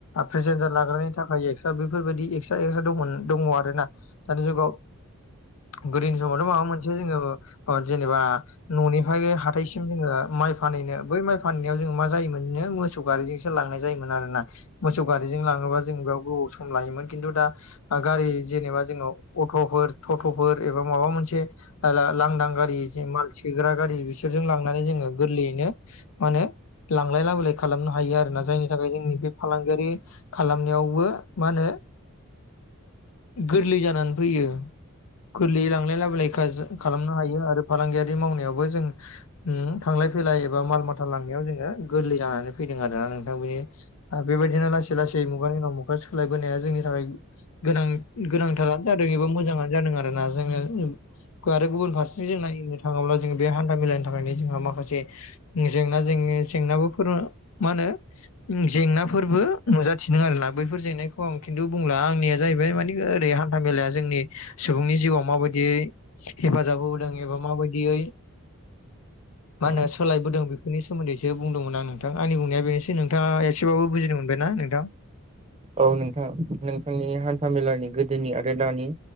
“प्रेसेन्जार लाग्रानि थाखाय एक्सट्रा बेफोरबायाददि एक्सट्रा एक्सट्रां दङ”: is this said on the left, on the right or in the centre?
Left